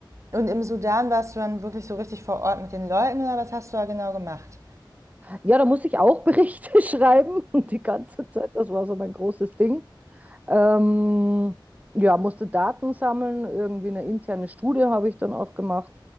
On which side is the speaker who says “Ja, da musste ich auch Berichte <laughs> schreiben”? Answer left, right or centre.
Right